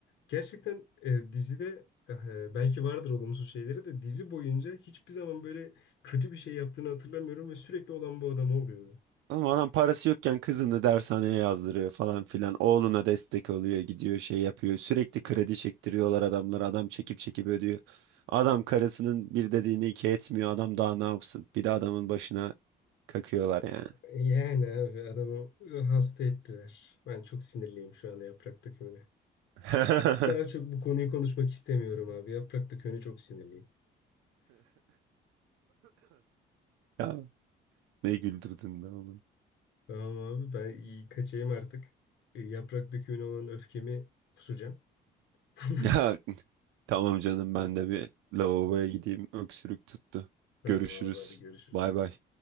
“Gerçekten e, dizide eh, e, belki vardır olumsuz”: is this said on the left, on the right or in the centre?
Left